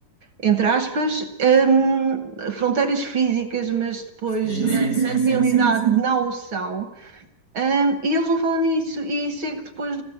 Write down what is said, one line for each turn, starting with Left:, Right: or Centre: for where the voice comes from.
Right: entre aspas, hum, fronteiras físicas, mas depois
Left: Sim,
Right: na,
Left: sim, sim,
Right: na
Left: sim,
Right: realidade
Left: sim, sim.
Right: não o são. Ahm, e eles não falam nisso, e isso é que depois,